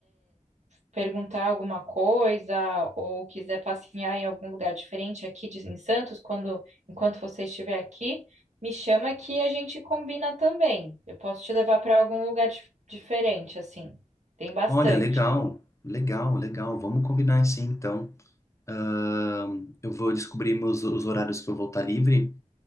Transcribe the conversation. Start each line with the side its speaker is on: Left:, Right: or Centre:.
Right: perguntar alguma coisa ou quiser passear em algum lugar diferente aqui de- em Santos, quando enquanto você estiver aqui, me chama que a gente combina também. Eu posso te levar para algum lugar dif- diferente, assim. Tem bastante.
Left: Olha, legal, legal, legal. Vamos combinar assim, então. Ahn, eu vou descobrir meus, os horários que eu vou estar livre.